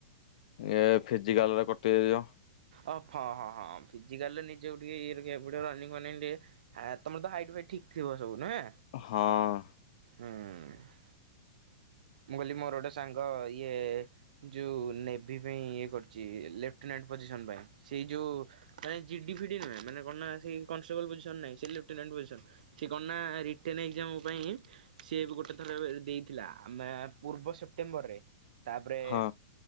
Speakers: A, on the left; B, on the right.
A: ଏ ଫିଜିକାଲ ରେ କଟି ଯ
B: ଅ ହ ହ ହିଜିକାଲ ନିଜକୁ ଟିକେ ଇଏ ରଖିବାକୁ ପଡ଼ିବ ରାନିଙ୍ଗ ଫନିଙ୍ଗ ଟିକେ। ହଁ ତମର ତ ହାଇଟ ଫାଇ ଠିକ୍ ଥିବ ସବୁ ନାଁ।
A: ହଁ।
B: ହୁଁ। ମୁକହିଲି ମୋରଗଟେ ସାଙ୍ଗ ଇଏ ଯୋଉ ନେଭି ପାଇଁ ଇଏ କରୁଛି ଲେଫନାଣ୍ଟ ପୋଜିସନ ପାଇଁ ସେଇ ଯୋଉ ମାନେ ଜିଡି ଫିଡି ନୁହେଁ ମାନେ କଣ ନାଁ ସେଇ କନେଷ୍ଟବଳ ନାହଁ ସେ ଲେଫନାଣ୍ଟ ପୋଜିସନ୍। ସିଏ କଣ ନା ରିଟେର୍ନ ଏକ୍ଜାମ ମୋ ପାଇଁ ସିଏ ଏବେ ଗୋଟେ ଥର ଏବେ ଦେଇଥିଲା। ଆମେ ପୂର୍ବ ସେପ୍ଟେମ୍ବର ରେ ତାପରେ
A: ହଁ